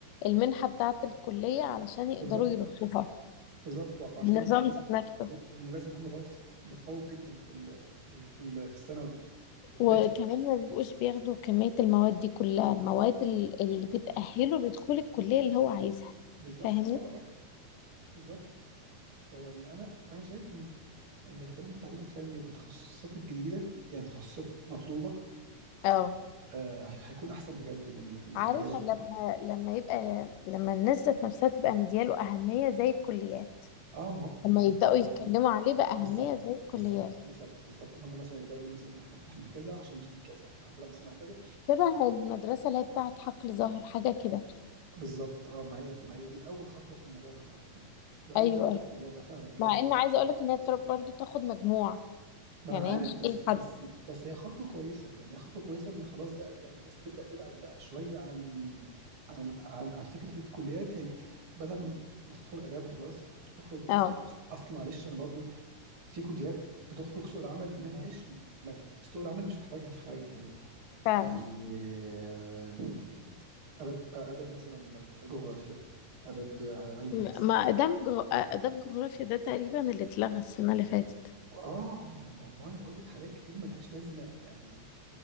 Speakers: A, on the left; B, on the right.
A: المنحة بتاعة الكلية علشان يقدروا
B: بالظبط
A: يرشحوها
B: بالظبط وعشان
A: النظام
B: المنحة لازم
A: ذات نفسه
B: لازم يكون متفوق متفوق جدا في ال في ال في, ال في الثانوي فماشي
A: وكمان ما بيبقوش بياخدوا كمية المواد دي كلها مواد ال- اللي بتأهله لدخول الكلية اللي هو عايزها
B: بالظبط
A: فاهمني؟
B: اه اه بالظبط فيعني انا انا شايف ان ان الاهتمام بالتعليم الفني وبالتخصصات الجديده يعني تخصصات مطلوبه
A: اه
B: آه هي- هيكون احسن بجد من من
A: عارف
B: اداب
A: لما لما يبقى لما الناس ذات نفسها تبقى مدياله أهمية زي الكليات
B: اه ما هو ما-
A: لما يبدأوا
B: ما-
A: يتكلموا عليه بأهمية
B: بالظبط
A: زي الكليات
B: بالظبط بالظبط بالظبط ان هم مثلا يبداوا يقولوا مثلا احنا فتحنا كذا عشان في كذا احنا عندنا مصانع كذا
A: شبه المدرسة اللي هي بتاعت حقل زهر حاجة كده
B: بالظبط اه ما هي ما هي دي اول خطوه في الموضوع ده فعلا ده اول
A: أيوة
B: خطوه في الموضوع ده فعلا بجد
A: مع إن عايزة أقولك إن هي بتر- برضه بتاخد مجموع
B: ما
A: يعني
B: انا عارف
A: هي مش
B: بس
A: أي
B: بس
A: حد
B: بس هي خطوه كويسه يعني هي خطوه كويسه ان خلاص بقى يعني الناس تبدا تبعد بقى شويه عن عن عن, عن فكره الكليات يعني بدل ما تدخل اداب وخلاص وتخرج
A: اه
B: اصلا اصل معلش انا برضو في كليات بتخرج سوق العمل ملهاش مل... سوق العمل مش محتاجها في حاجه يعني
A: فعلا
B: يعني آه، اداب اداب مثلا جغرافيا اداب علم
A: م-
B: نفس
A: ما دمج دمج جغرافيا ده تقريبا اللي اتلغى السنة اللي فاتت
B: اه ما, ما, ما ما انا بقول لك حاجات كتير ملهاش لازمه يعني